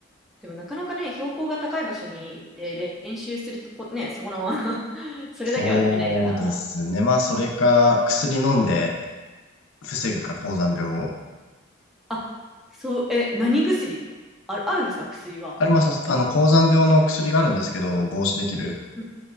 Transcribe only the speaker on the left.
そうですね。まあ、それか、薬飲んで防ぐか、高山病を。
あります。あの、高山病の薬があるんですけど、防止できる。